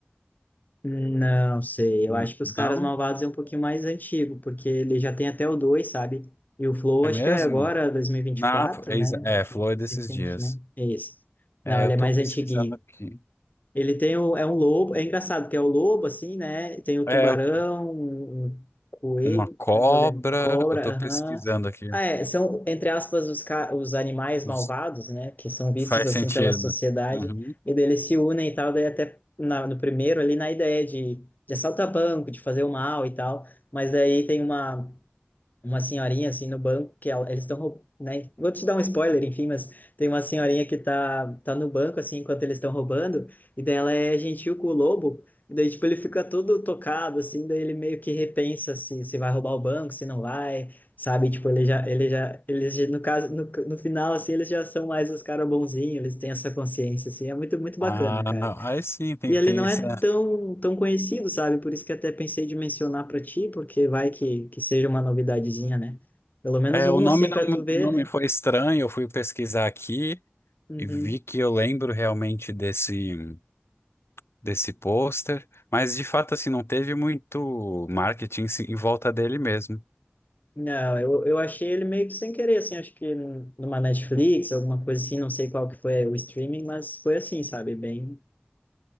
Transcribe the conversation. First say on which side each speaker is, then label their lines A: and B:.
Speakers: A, on the left; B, on the left.
A: Não sei,
B: N-
A: eu acho que os
B: não,
A: caras malvados é um pouquinho mais antigo, porque ele já tem até o dois sabe? E o Flow
B: é
A: acho
B: mesmo?
A: que é agora dois mil e e vinte
B: na
A: e quatro
B: é,
A: né?
B: exa-
A: Um
B: é,
A: pouquinho
B: falou
A: mais
B: desses
A: recente,
B: dias.
A: né? É isso.
B: É,
A: Não, ele
B: eu tô
A: é mais
B: pesquisando
A: antiguinho.
B: aqui.
A: Ele tem o, é um lobo, é engraçado que é o lobo assim, né? Tem o tubarão,
B: É, eu tô-
A: um coelho,
B: uma cobra,
A: não vou lembrar, cobra,
B: eu tô
A: aham.
B: pesquisando aqui.
A: Ah, é, são entre aspas os, ca- os animais
B: Os-
A: malvados, né? Que são vistos
B: faz
A: assim
B: sentido.
A: pela sociedade
B: né? Uhum.
A: e daí eles se unem e tal, daí até na- no primeiro ali na ideia de de assaltar banco, de fazer o mal e tal, mas daí tem uma uma senhorinha assim no banco que ela, eles estão, né? Vou te dar um spoiler, enfim, mas tem uma senhorinha que tá, tá no banco assim enquanto eles estão roubando e daí ela é gentil com o lobo. E daí tipo ele fica todo tocado assim, daí ele meio que repensa se, se vai roubar o banco, se não vai, sabe? Tipo ele já ele já eles já- no caso no, no final assim eles já são mais os caras bonzinhos, eles têm essa consciência assim, é muito muito bacana,
B: Ah,
A: cara.
B: não, aí sim, tem,
A: E ele
B: tem
A: não
B: esse.
A: é tão, tão conhecido, sabe? Por isso que até pensei de mencionar para ti, porque vai que, que seja uma novidadezinha, né? Pelo menos
B: É,
A: um,
B: o nome
A: assim,
B: não,
A: para tu ver,
B: não
A: né?
B: me foi estranho, eu fui pesquisar aqui.
A: Uhum.
B: E vi que eu lembro realmente desse desse pôster, mas de fato assim não teve muito marketing se- em volta dele mesmo.
A: Não, eu, eu achei ele meio que sem querer, assim, acho que num- numa Netflix, alguma coisa assim, não sei qual que foi é, o streaming, mas foi assim, sabe? Bem.